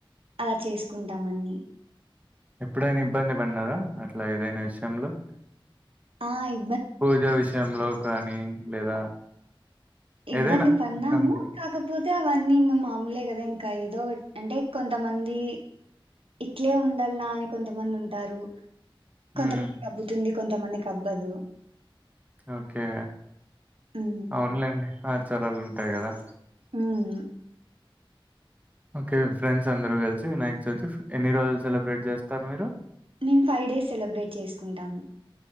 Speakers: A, on the right (about 80°); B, on the right (about 15°).
A: అలా చేసుకుంటామన్ని
B: ఎప్పుడైన ఇబ్బంది పన్నారా అట్ల ఏదైనా విషయంలో
A: ఆ ఇ
B: పూజా విషయంలో కానీ లేదా
A: ఇబ్బంది
B: ఏదైనా
A: పన్నాము
B: సంథింగ్
A: కాకపోతే వన్ని ఇంగ మామూలే కద ఇంక ఏదో అంటే కొంతమంది ఇట్లే ఉండల్ల అని కొంతమందు టారు కొంతమందికబ్బుతుంది
B: ఉమ్
A: కొంతమందికబ్బదు
B: ఒకే
A: హ్మ్.
B: అవున్లేండి ఆచారాలు ఉంటాయ్ కదా
A: ఉమ్
B: ఒకే ఫ్రెండ్స్ అందరు కలిసి వినాయక్చవితి ఫిఫ్ ఎన్ని రోజులు సెలబ్రేట్ చేస్తారు మీరు
A: మేమ్ ఫైవ్ డేస్ సెలబ్రేట్ చేసుకుంటాము